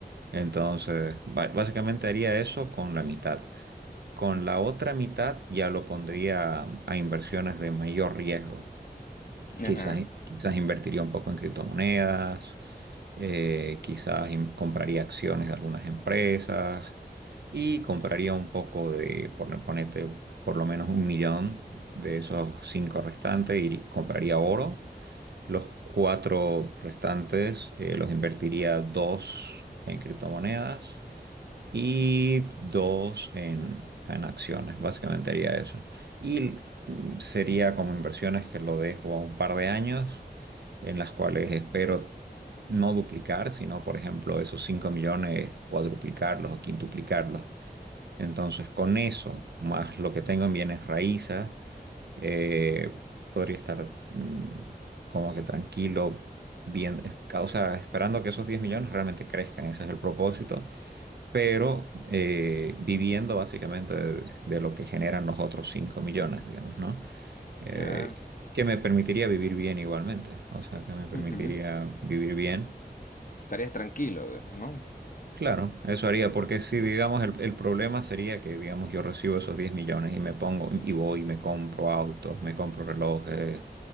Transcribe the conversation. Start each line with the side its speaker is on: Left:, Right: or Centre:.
Right: Entonces, ba- básicamente haría eso con la mitad. Con la otra mitad ya lo pondría a inversiones de mayor riesgo.
Left: ajá,
Right: Quizás,
Left: t-
Right: quizás invertiría un poco en criptomonedas, eh, quizás in- compraría acciones de algunas empresas y compraría un poco de, por, ponete por lo menos un millón de esos cinco restantes y compraría oro. Los cuatro restantes eh, los invertiría dos en criptomonedas y dos en, en acciones, básicamente haría eso. Y mm, sería como inversiones que lo dejo a un par de años, en las cuales espero no duplicar, sino, por ejemplo, esos 5 millones, cuadruplicarlos o quintuplicarlos. Entonces, con eso, más lo que tengo en bienes raíces, eh, podría estar mm, como que tranquilo, bien, es- o sea, esperando que esos 10 millones realmente crezcan, ese es el propósito pero eh, viviendo básicamente de, de lo que generan los otros 5 millones, digamos, ¿no? Eh,
Left: claro,
Right: que me permitiría vivir bien igualmente, o sea, que me permitiría
Left: ujú.
Right: vivir bien.
Left: Estarías tranquilo, digamos, ¿no?
Right: Claro, eso haría, porque si, digamos, el, el problema sería que, digamos, yo recibo esos 10 millones y me pongo, y voy, y me compro autos, me compro relojes,